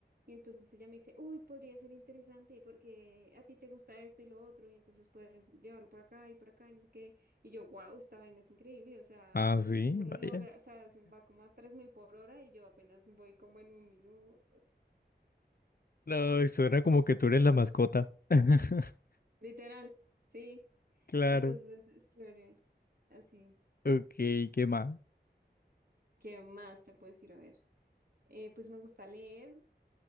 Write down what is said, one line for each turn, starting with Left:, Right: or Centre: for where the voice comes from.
Right: Y entonces ella me dice, uy, podría ser interesante porque a ti te gusta esto y lo otro, y entonces puedes llevarlo por acá y por acá y no sé qué. Y yo, wow, esta vaina es increíble, o sea,
Left: Ah, sí,
Right: ¿cómo
Left: vaya.
Right: lo logra? O sea, se va como a 3.000 por hora y yo apenas voy como en un minuto.
Left: No, suena como que tú eres la mascota. <laughs>
Right: Literal, sí.
Left: Claro.
Right: Entonces es, es chévere, así, sí.
Left: Ok, ¿qué más?
Right: ¿Qué más te puedo decir? A ver. Eh, pues me gusta leer,